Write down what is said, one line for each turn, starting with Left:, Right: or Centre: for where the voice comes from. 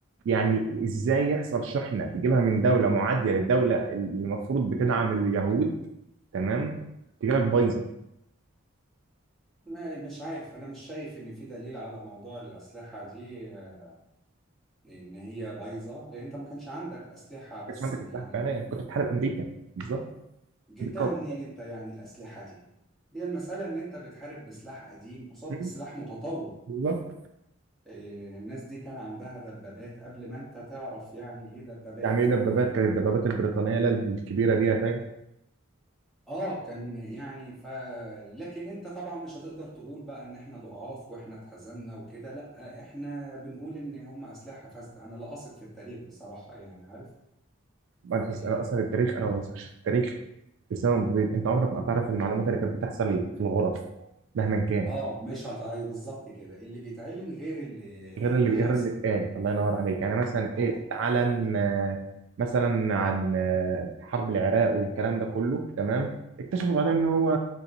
Right: يعني ازاي يحصل شحنه تجيبها من دوله معاديه للدوله اللي المفروض بتدعم اليهود تمام تجي لك بايظه ما
Centre: ما مش عارف أنا مش شايف إن في دليل على موضوع الأسلحة دي آه، إن هي بايظة لأن أنت ما كانش عندك أسلحة بس
Right: كانتش عندك
Centre: يعني
Right: اسلحه فعلا كنت بتحارب امريكا بالظبط
Centre: جبتها
Right: الكوكب
Centre: منين أنت يعني الأسلحة دي هي المسألة إن أنت بتحارب بسلاح قديم قصاد
Right: مم.
Centre: سلاح متطور
Right: بالظبط
Centre: آه، الناس دي كان عندها دبابات قبل ما أنت تعرف يعني إيه دبابات
Right: يعني ايه دبابات
Centre: يعني
Right: كانت الدبابات البريطانيه لا الكبيره دي يعني
Centre: اه كان يعني ف لكن انت طبعا مش هتقدر تقول بقى ان احنا ضعاف واحنا اتهزمنا وكده لا احنا بنقول ان هم اسلحه فاسده انا لا اثق في التاريخ بصراحه يعني عارف
Right: انا
Centre: يعني
Right: أس- أنا اصلا التاريخ انا ما بثقش في التاريخ بسبب بسيط. انت عمرك ما هتعرف المعلومات اللي كانت بتحصل في الغرف مهما كان
Centre: اه مش هتعي بالظبط كده اللي بيتعلن غير اللي
Right: غير اللي
Centre: اللي
Right: غير
Centre: حاصل
Right: اللي اتقال الله ينور عليك يعني مثلا
Centre: اه
Right: ايه اتعلن آه، مثلا عن آه، حرب العراق والكلام ده كله تمام اكتشفوا بعدين ان هو